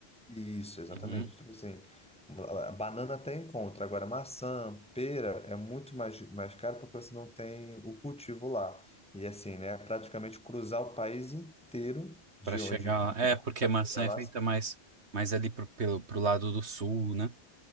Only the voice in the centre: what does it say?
isso, exatamente.
Tipo assim, a banana até encontra. Agora, maçã, pera é muito mais, mais caro porque você não tem o cultivo lá. E assim, né? é Praticamente cruzar o país inteiro de
onde
para
chegar lá.